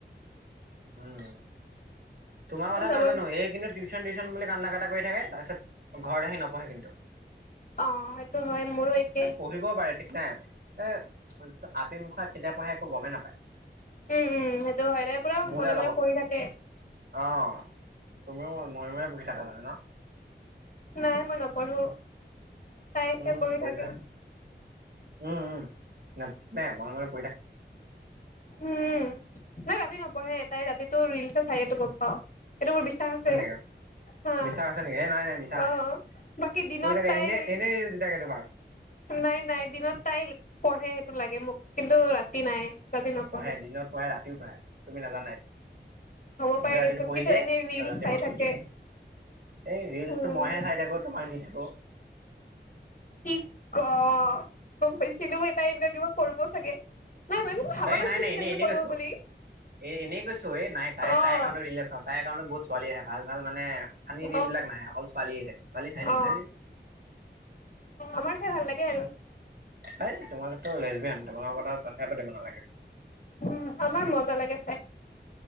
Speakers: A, on the right (about 55°); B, on the left (about 45°).
A: উম, তোমাৰ কথা
B: যাব
A: নাজানো এই কিন্তু টিউচন, টিউচন বুলি কান্দা-কাটা কৰি <unintelligible> তাৰ পিছত ঘৰত আহি নপঢ়ে কিন্তু।
B: অ' সেইটো হয় মোৰো। একে
A: পঢ়িব পাৰে ঠিক নাই এ <unintelligible> আপিমুখা কেতিয়া পহে একো গমেই নাপায়,
B: উম উম সেইটো হয় তাই পুৰা
A: মোৰ
B: মনে
A: যাৰ
B: মনে
A: লগত
B: পঢ়ি থাকে
A: অ' তুমিও নৈময় বহি থাকা জানে ন।
B: নাই মই নপঢ়ো। তাই এতিয়া
A: উম
B: কৰি
A: কৰিছা
B: থাকে।
A: উম, উম, নাই ম মানে
B: উম নাই ৰাতি। পঢ়ে তাই ৰাতিটো ৰিলছে চাই এইটো গম পাও। এইটো মোৰ বিশ্বাস আছে
A: হয় নেকি
B: হা
A: বিশ্বাস আছে নেকি এ নাই নাই মিছা
B: অ। বাকী দিনত
A: পঢ়ি থাকে
B: তাইৰ।
A: এনে এনেই দি থাকে তোমাক
B: নাই নাই দিনত তাইৰ পঢ়ে সেইটো লাগে মোক কিন্তু ৰাতি নাই। ৰাতি নপঢ়ে
A: পঢ়ে দিনত পঢ়ে ৰাতিও পঢ়ে তুমি নাজানা এইটো।
B: হ'ব পাৰে
A: গোটেই ৰাতিটো
B: দেচোন
A: পঢ়ি
B: কিন্তু
A: দিয়ে
B: এনে ৰিল
A: ৰাতিপুৱা
B: চাই
A: শুই
B: থাকে
A: দিয়ে। ৰিলচটো
B: উম
A: মইহে চাই থাকো তোমাক দি থাকো।
B: কিক ক গম পাইছিলোএ তাই এনেকুৱা কিবা কৰিব চাগে। নাই মই একো ভাবা
A: আৰে
B: নাছিলো
A: নাই নাই
B: কিন্তু
A: এনেই
B: এনেকুৱা
A: এনেই
B: কৰিব
A: কৈছো।
B: বুলি
A: এ এনেই কৈছো নাই তাই তাইৰ
B: অ
A: একাউণ্টত ৰীল নাচাও তাইৰ একাউণ্টত বহুত ছোৱালী আহে ভাল ভাল মানে। ফানি
B: অ
A: ৰিল বিলাক নাহে অকল ছোৱালী আহে ছোৱালী চাই
B: অ
A: নেকি ধেই
B: আমাৰ চাই ভাল লাগে আৰু।
A: ধেই তোমালোকো লেছবিয়ান তোমালোকৰ লগত কথাই পাতিব নালাগে।
B: উম আমাৰ মজা লাগে চাই